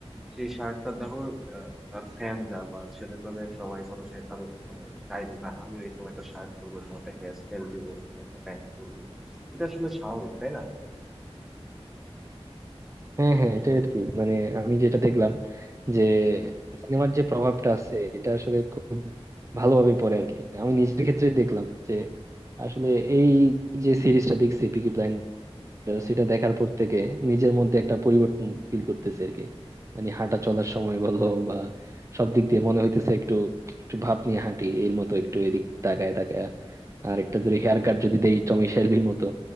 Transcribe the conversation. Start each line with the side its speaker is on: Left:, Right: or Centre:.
Centre: সেই শার্টটা দেখো আহ, তার ফ্যানরা বা ছেলে পেলে সবাই ধরো যে তার মানে চাই যে না আমিও এরকম একটা শার্ট পরবো এরকম একটা হেয়ার স্টাইল দিবো এরকম একটা প্যান্ট পরবো এটা আসলে স্বাভাবিক তাই না
Right: হ্যাঁ হ্যাঁ এটা আর কি মানে আমি যেটা দেখলাম যে সিনেমার যে প্রভাবটা আছে এটা আসলে খুব ভালোভাবে পড়ে আর কি আমি নিজের ক্ষেত্রে দেখলাম যে আসলে এই যে সিরিজটা দেখছি পিকি তো সেটা দেখার পর থেকে নিজের মধ্যে একটা পরিবর্তন ফিল করতেছি আর কি মানে হাঁটা চলার সময় বলো বা সব দিক দিয়ে মনে হইতেছে একটু একটু ভাব নিয়ে হাঁটি এর মতো একটু এদিক তাকায় তাকায় আর একটা ধরে হেয়ার কাট যদি দেই টমি শেলবির মতো